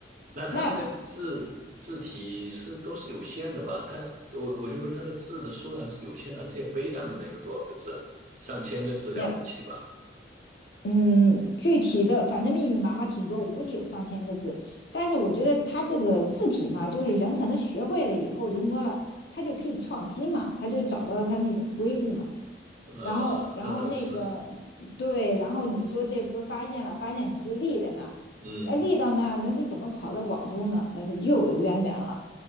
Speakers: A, on the right; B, on the left.
A: 那它那个字字体是都是有限的吧？
B: 那
A: 它我我就说它的字的数量是有限的，这些碑上面能有多少个字啊？上千个字了不起吧？
B: 那嗯，具体的反正密密麻麻挺多，我估计有上千个字。但是我觉得他这个字体嘛，就是人可能学会了以后临摹了，他就可以创新嘛，他就找到他那种规律嘛。
A: 嗯，
B: 然后，然后那个
A: 那倒是，
B: 对，然后你说这不是发现了，发现肯定就立在那儿，
A: 嗯，
B: 哎，立到那儿，那他怎么跑到广东呢？那他又有渊源了。